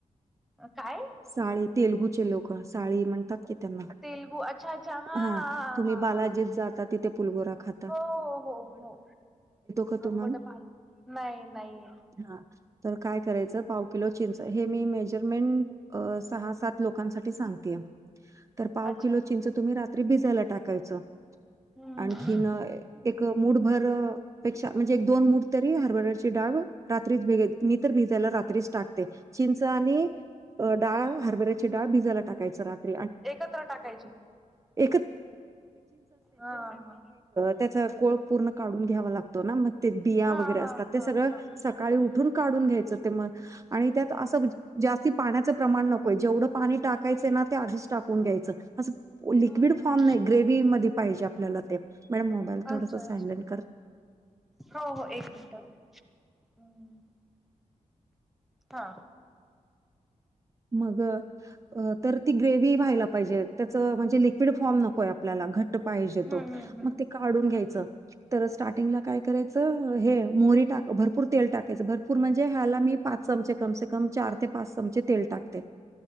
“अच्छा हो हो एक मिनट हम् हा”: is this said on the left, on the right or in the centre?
Centre